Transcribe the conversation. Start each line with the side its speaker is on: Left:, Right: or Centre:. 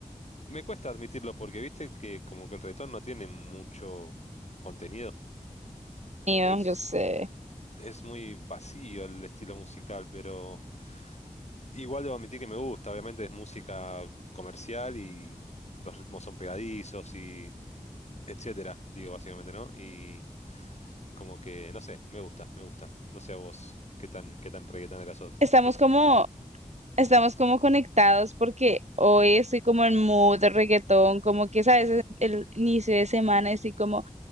Left: Me cuesta admitirlo porque viste que como que el reggaetón no tiene mucho contenido, como
Right: Mío,
Left: que es,
Right: yo sé.
Left: es muy vacío el estilo musical, pero igual debo admitir que me gusta, obviamente es música comercial y los ritmos son pegadizos y etcétera, digo básicamente, ¿no? Y como que, no sé, me gusta, me gusta. No sé a vos qué tan, qué tan reggaetonera sos.
Right: Estamos
Left: sos.
Right: como, estamos como conectados porque hoy estoy como en mood de reggaetón, como que sabes, es el inicio de semana estoy como